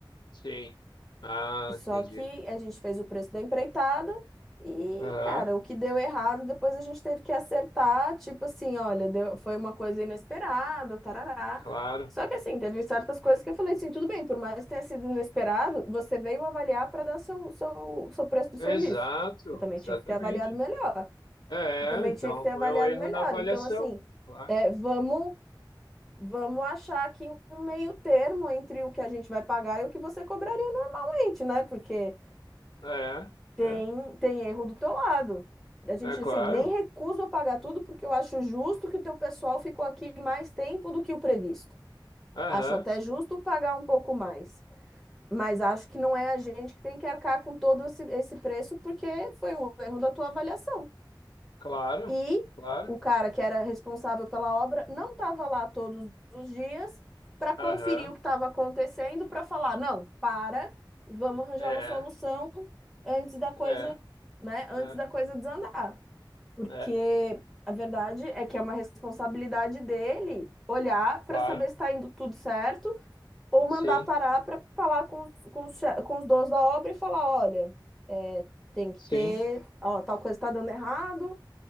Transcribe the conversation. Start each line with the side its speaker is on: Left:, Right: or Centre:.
Left: Sim. Ah,
Centre: Só
Left: entendi.
Centre: que a gente fez o preço da empreitada e,
Left: Aham,
Centre: cara, o que deu errado, depois a gente teve que acertar, tipo assim, olha, deu- foi uma coisa inesperada, tarará.
Left: claro.
Centre: Só que assim, teve certas coisas que eu falei assim, tudo bem, por mais que tenha sido inesperado, você veio avaliar para dar seu, seu, seu preço do
Left: Exato,
Centre: serviço. Você também
Left: exatamente.
Centre: tinha que ter avaliado melhor.
Left: É,
Centre: Você também
Left: então
Centre: tinha que ter
Left: foi
Centre: avaliado
Left: um erro
Centre: melhor.
Left: na avaliação,
Centre: Então, assim,
Left: claro.
Centre: é, vamos, vamos achar aqui um meio termo entre o que a gente vai pagar e o que você cobraria normalmente, né? Porque
Left: É,
Centre: tem,
Left: é,
Centre: tem erro do teu lado. A gente,
Left: é claro.
Centre: assim, nem recuso pagar tudo porque eu acho justo que o teu pessoal ficou aqui mais tempo do que o previsto.
Left: Aham,
Centre: Acho até justo pagar um pouco mais, mas acho que não é a gente que tem que arcar com todo esse, esse preço porque foi um erro da tua avaliação.
Left: claro,
Centre: E
Left: claro.
Centre: o cara que era responsável pela obra não estava lá todos os dias para conferir
Left: Aham,
Centre: o que estava acontecendo, para falar, não, para, vamos arranjar
Left: é,
Centre: uma solução antes da coisa,
Left: é,
Centre: né, antes
Left: é,
Centre: da coisa desandar. Porque
Left: é,
Centre: a verdade é que é uma responsabilidade dele olhar
Left: claro.
Centre: para saber se está indo tudo certo ou mandar
Left: Sim,
Centre: parar para falar com, os- com, os che- com os donos da obra e falar, olha, é, tem que
Left: sim,
Centre: ter, ó, tal coisa está dando errado,